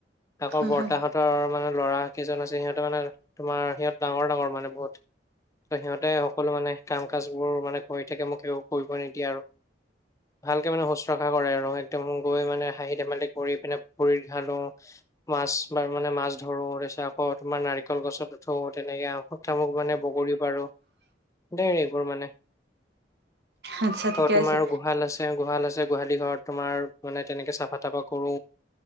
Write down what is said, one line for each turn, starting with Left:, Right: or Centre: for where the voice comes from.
Left: আকৌ
Right: হয়
Left: বৰ্তাহঁতৰ
Right: হয়
Left: মানত ল'ৰা কেইজন আছে, সিহঁতে মানে তোমাৰ সিহঁত ডাঙৰ, ডাঙৰ মানে বহুত। ত, সিহঁতে সকলো মানে কাম, কাজ বোৰ মানে কৰি থাকে। মোক কৰিব নিদিয়ে আৰু। ভালকে মানে শুশ্ৰূষা কৰে। আৰু একদম গৈ মানে হাঁহি, ধেমালি কৰি পিনে ভুৰিত ঘালো। মাছ, বাৰ মানে মাছ ধৰো তাৰপিছত আকৌ তোমাৰ নাৰিকল গছত উঠো তেনেকে আ ক, মোক মানে বগৰী পাৰো, দেই এইবোৰ মানে
Right: আচ্ছা ঠিকে
Left: আ, তোমাৰ
Right: আছে
Left: গোহাল আছে, গোহাল আছে। গোহালি ঘৰত তোমাৰ মানে তেনেকে চাফা, তাফা কৰো